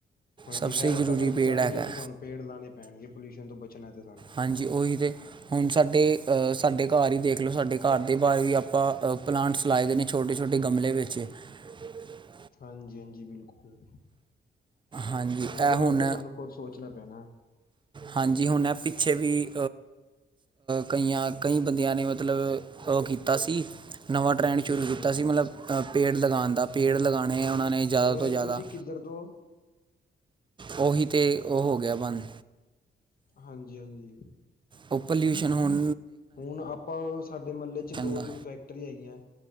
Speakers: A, on the left (about 50°); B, on the right (about 25°).
A: ਹਾਂਜੀ,
B: ਸਭ ਸੇ
A: ਹੈਲਥ
B: ਜ਼ਰੂਰੀ
A: ਅਗਰ
B: ਪੇੜ
A: ਬਚਾਉਣੀ
B: ਹੈਗਾ
A: ਹੈ ਤੇ ਸਾਨੂੰ ਪੇੜ ਲਾਉਣੇ ਪੈਣਗੇ ਪੋਊਸ਼ਨ ਤੋਂ ਬਚਣਾ ਹੈ ਸਾਨੂੰ।
B: ਹਾਂਜੀ, ਉਹ ਹੀ ਤੇ। ਹੁਣ ਸਾਡੇ ਅ ਸਾਡੇ ਘਰ ਹੀ ਦੇਖ ਲਓ ਸਾਡੇ ਘਰ ਦੇ ਬਾਹਰ ਵੀ ਆਪਾਂ ਪਲਾਂਟਸ ਲਾਏ ਦੇ ਨੇ। ਛੋਟੇ-ਛੋਟੇ ਗਮਲੇ ਵਿੱਚ। ੱ <unintelligible>
A: ਹਾਂਜੀ-ਹਾਂਜੀ, ਬਿਲਕੁਲ।
B: ਹਾਂਜੀ
A: ਇਹਦੇ
B: ਇਹ
A: ਬਾਰੇ
B: ਹੁਣ
A: ਤਾਂ ਸਾਨੂੰ ਖੁਦ ਸੋਚਣਾ ਪੈਣਾ।
B: ਹਾਂਜੀ, ਹੁਣ ਹੈ ਪਿੱਛੇ ਵੀ ਕਈਆਂ-ਕਈ ਬੰਦਿਆਂ ਨੇ ਮਤਲਬ ਉਹ ਕੀਤਾ ਸੀ। ਨਵਾਂ ਟਰੈਂਡ
A: ਹਾਂਜੀ
B: ਸ਼ੁਰੂ ਕੀਤਾ
A: ਹਾਂਜੀ
B: ਸੀ, ਮਤਲਬ ਪੇੜ ਲਗਾਨ ਦਾ ਪੇੜ ਲਗਾਣੇ ਉਹਨਾਂ ਨੇ ਜ਼ਿਆਦਾ
A: ਹੋਰ
B: ਤੋਂ ਜ਼ਿਆਦਾ।
A: ਤੁਸੀਂ ਕਿੱਧਰ ਤੋਂ?
B: ਉਹੀ ਤਾਂ ਉਹ ਹੋ ਗਿਆ ਬੰਦ।
A: ਹਾਂਜੀ-ਹਾਂਜੀ।
B: ਉਹ ਪੋਲਿਊਸ਼ਨ ਹੋਣ
A: ਹੁਣ ਆਪਾਂ ਸਾਡੇ ਮਹੱਲੇ ਚ ਦੋ-ਤਿੰਨ
B: ਦਾ
A: ਫੈਕਟਰੀ ਹੈਗੀਆਂ।